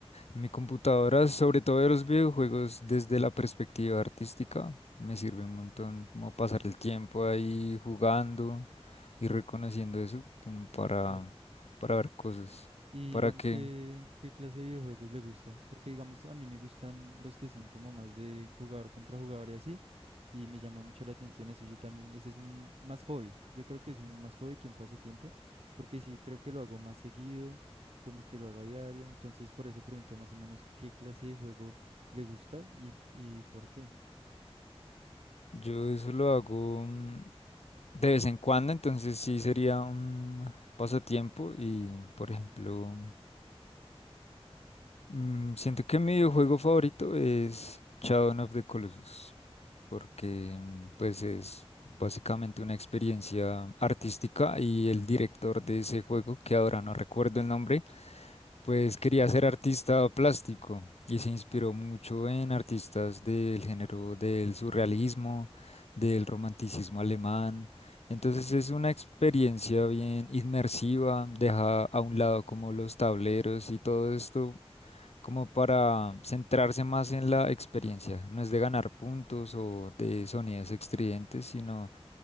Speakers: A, on the left (about 80°); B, on the right (about 70°).
A: En mi computadora, sobre todo de los videojuegos, desde la perspectiva artística, me sirve un montón como pasar el tiempo ahí jugando y reconociendo eso como para,
B: bueno.
A: para ver cosas.
B: Y
A: ¿Para
B: digamos
A: que
B: que, ¿qué clase de videojuegos le gusta? Porque digamos, a mí me gustan los que son como más de jugador contra jugador y así, y me llama mucho la atención eso. Yo también, ese es un más hobby. Yo creo que es un más hobby que un pasatiempo, porque sí creo que lo hago más seguido, como que lo hago a diario. Entonces, por eso pregunto más o menos qué clase de juego le gusta y, y por qué.
A: Yo eso lo hago mm, de vez en cuando, entonces sí sería un pasatiempo y, por ejemplo, mm, siento que mi videojuego favorito es Shadow of the Colossus. porque mm, pues es básicamente una experiencia artística y el director de ese juego, que ahora no recuerdo el nombre, pues quería ser artista plástico y se inspiró mucho en artistas del género del surrealismo, del romanticismo alemán. Entonces es una experiencia bien inmersiva, deja a un lado como los tableros y todo esto como para centrarse más en la experiencia. No es de ganar puntos o de sonidos estridentes, sino